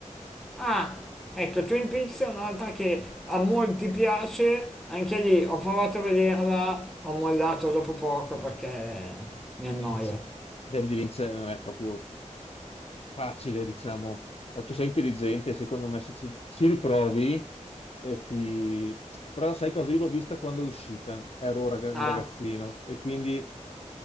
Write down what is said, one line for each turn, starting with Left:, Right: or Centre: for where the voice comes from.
Centre: Ah, ecco, Twin Peaks è un'altra che a molti piace, anche lì ho provato a vederla, ho mollato dopo poco perché mi annoia.
Left: Eh, cioè, David Lynch non è proprio facile, diciamo, ma tu sei intelligente, secondo me se ci, ci riprovi, eh, ti... però sai cosa? Io l'ho vista quando è uscita, ero un raga-
Centre: Ah,
Left: un ragazzino e quindi